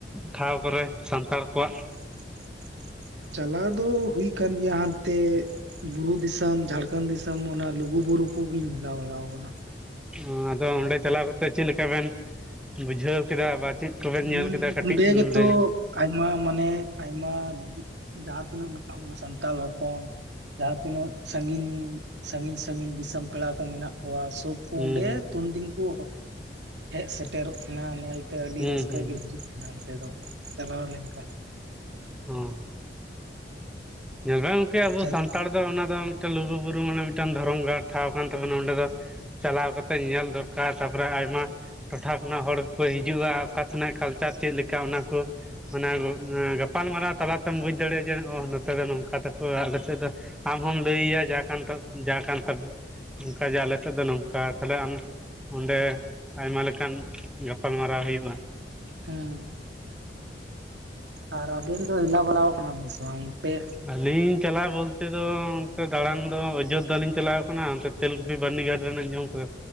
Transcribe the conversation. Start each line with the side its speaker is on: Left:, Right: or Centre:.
Centre: ᱴᱷᱟᱶ ᱠᱚᱨᱮ ᱥᱟᱱᱛᱟᱲ ᱠᱚᱣᱟᱜ?
Right: <inaudible> ᱪᱟᱞᱟᱣ ᱫᱚ ᱦᱳᱭ ᱟᱠᱟᱱ ᱜᱮᱭᱟ ᱦᱟᱱᱛᱮ ᱵᱩᱨᱩ ᱫᱤᱥᱚᱢ ᱡᱷᱟᱲᱠᱷᱚᱱᱰ ᱫᱤᱥᱚᱢ ᱚᱱᱟ ᱞᱩᱜᱩ ᱵᱩᱨᱩ ᱠᱚᱜᱤᱧ ᱡᱮᱞᱟᱣ ᱵᱟᱲᱟ ᱟᱠᱟᱱᱟ᱾
Centre: ᱚᱸ ᱟᱫᱚ ᱚᱸᱰᱮ ᱪᱟᱞᱟᱣ ᱠᱟᱛᱮ ᱪᱮᱫ ᱞᱮᱠᱟ ᱵᱮᱱ ᱵᱩᱡᱷᱟᱹᱣ ᱠᱮᱫᱟ ᱵᱟ ᱪᱮᱫ ᱠᱚᱵᱮᱱ
Right: ᱦᱩᱸ
Centre: ᱧᱮᱞ ᱠᱮᱫᱟ ᱠᱟᱹᱴᱤᱡ
Right: ᱚᱸᱰᱮ ᱜᱮᱛᱚ
Centre: ᱞᱟᱹᱭᱟ᱾
Right: ᱟᱭᱢᱟ ᱢᱟᱱᱮ ᱟᱭᱢᱟ ᱡᱟᱦᱟᱸ ᱛᱤᱱᱟᱹᱜ ᱢᱮᱱᱟᱜ ᱵᱚᱱᱟ ᱥᱟᱱᱛᱟᱲ ᱦᱚᱯᱚᱱ, ᱡᱟᱦᱟᱸ ᱛᱤᱱᱟᱹᱜ ᱥᱟᱜᱤᱧ ᱥᱟᱹᱜᱤᱧ ᱥᱟᱹᱜᱤᱧ ᱫᱤᱥᱚᱢ ᱯᱮᱲᱟ ᱠᱚ ᱢᱮᱱᱟᱜ ᱠᱚᱣᱟ ᱥᱩᱠ ᱠᱚ
Centre: ᱦᱩᱸ
Right: ᱚᱸᱰᱮ
Centre: ᱦᱩᱸ
Right: ᱛᱩᱱᱫᱤᱱ ᱠᱚ ᱦᱮᱡ ᱥᱮᱴᱮᱨᱚᱜ ᱛᱟᱦᱮᱸᱱᱟ ᱧᱮᱞᱛᱮ ᱟᱹᱰᱤ
Centre: ᱦᱩᱸ
Right: ᱨᱟᱹᱥ
Centre: ᱦᱩᱸ ᱦᱩᱸ
Right: ᱠᱟᱹ ᱜᱮ ᱵᱩᱡᱷᱟᱹᱜ ᱠᱟᱱᱟ ᱚᱱᱛᱮ ᱫᱚ ᱪᱟᱞᱟᱣ ᱞᱮᱱᱠᱷᱟᱱ᱾
Centre: ᱦᱮᱸ ᱧᱮᱞ ᱵᱮᱱ ᱜᱚᱝᱠᱮ ᱟᱵᱚ
Right: ᱪᱟᱞᱟᱜ
Centre: ᱥᱟᱱᱛᱟᱲ ᱫᱚ ᱚᱱᱟ ᱫᱚ ᱢᱤᱫᱴᱟᱝ ᱞᱩᱜᱩᱵᱩᱨᱩ ᱢᱟᱱᱮ ᱢᱤᱫᱴᱟᱝ ᱫᱷᱚᱨᱚᱢ ᱜᱷᱟᱲ ᱴᱷᱟᱶ ᱠᱟᱱ ᱛᱟᱵᱚᱱᱟ ᱚᱸᱰᱮ ᱫᱚ ᱪᱟᱞᱟᱣ ᱠᱟᱛᱮ ᱧᱮᱞ ᱫᱚᱨᱠᱟᱨ, ᱛᱟᱨᱯᱚᱨᱮ ᱟᱭᱢᱟ ᱴᱚᱴᱷᱟ ᱠᱷᱚᱱᱟᱜ ᱦᱚᱲᱠᱚ ᱦᱤᱡᱩᱜᱼᱟ ᱚᱠᱟ ᱥᱮᱱᱟᱜ ᱠᱟᱞᱪᱟᱨ ᱪᱮᱫ ᱞᱮᱠᱟ ᱚᱱᱟ ᱠᱚ ᱚᱱᱟ ᱜᱟᱯᱟᱞᱢᱟᱨᱟᱣ ᱛᱟᱞᱟᱛᱮᱢ ᱵᱩᱡ ᱫᱟᱲᱮᱭᱟᱜᱼᱟ ᱡᱮ ᱱᱚᱛᱮ ᱫᱚ ᱱᱚᱝᱠᱟ ᱛᱟᱠᱚ ᱟᱞᱮ ᱥᱮᱫ ᱫᱚ ᱟᱢ ᱟᱢ ᱞᱟᱹᱭᱟ ᱡᱟᱦᱟᱸ ᱠᱟᱱ ᱡᱟ ᱠᱟᱱ ᱛᱟᱯᱮ ᱚᱱᱠᱟᱜᱮ ᱟᱞᱮ ᱥᱮᱫ ᱫᱚ ᱱᱚᱝᱠᱟ ᱛᱟᱦᱚᱞᱮ ᱟᱢ ᱚᱸᱰᱮ ᱟᱭᱢᱟ ᱞᱮᱠᱟᱱ ᱜᱟᱯᱟᱞᱢᱟᱨᱟᱣ ᱦᱩᱭᱩᱜᱼᱟ
Right: ᱦᱮᱸ ᱟᱨ ᱟᱵᱤᱱ ᱫᱚ ᱦᱮᱞᱟ ᱵᱟᱲᱟ ᱠᱟᱱᱟᱵᱤᱱ ᱥᱮ ᱵᱟᱝ ᱚᱱᱛᱮ?
Centre: ᱟᱹᱞᱤᱧ ᱪᱟᱞᱟᱣ ᱵᱚᱞᱛᱮ ᱫᱚ ᱚᱱᱛᱮ ᱫᱟᱲᱟᱱ ᱫᱚ ᱚᱡᱳᱫᱽᱫᱷᱟ ᱞᱤᱧ ᱪᱟᱞᱟᱣ ᱟᱠᱟᱱᱟ ᱚᱱᱛᱮ ᱛᱮᱞᱠᱩᱯᱤ ᱵᱟᱹᱨᱱᱤ ᱜᱷᱟᱴ ᱨᱮᱱᱟᱜᱧ ᱟᱡᱚᱢ ᱠᱟᱫᱟ?